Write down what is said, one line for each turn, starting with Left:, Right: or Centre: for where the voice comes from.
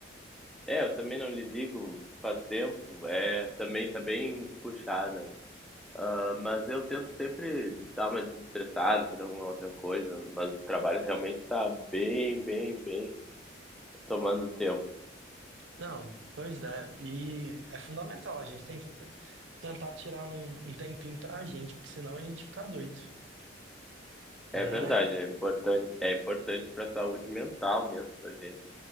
Centre: É, eu também não lhe ligo faz tempo, é, também tá bem puxada. Ah, mas eu tento sempre dar uma desestressada, fazer alguma outra coisa, mas o trabalho realmente tá bem, bem, bem tomando tempo.
Right: Não, pois é. E é fundamental, a gente tem que t- tentar tirar um, um tempinho pra gente, porque senão a gente fica doido,
Centre: É
Right: não
Centre: verdade,
Right: é?
Centre: é importante, é importante para a saúde mental mesmo da gente.